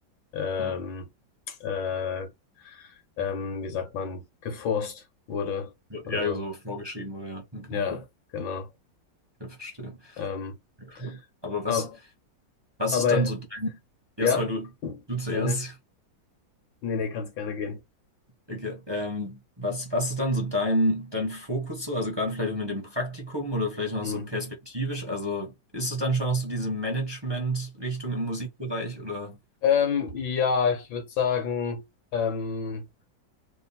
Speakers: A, on the left (about 85°); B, on the right (about 15°).
A: ähm,
B: ja
A: äh, ähm, wie sagt man, geforst wurde
B: so
A: oder
B: ja,
A: so.
B: so vorgeschrieben, oder ja. Okay.
A: Ja, genau.
B: Ich verstehe.
A: Ähm,
B: Ja, cool. Aber was,
A: aber,
B: was
A: aber
B: ist dann so dein, ja,
A: ja,
B: sorry, du, du zuerst.
A: nee, nee, nee, nee, kann's gerne gehen.
B: Okay. Ähm, was, was ist dann so dein, dein Fokus so? Also gerade vielleicht auch mit dem Praktikum oder vielleicht noch
A: Hm.
B: so perspektivisch. Also ist es dann schon auch so diese Management-Richtung im Musikbereich oder?
A: Ähm, ja, ich würde sagen, ähm,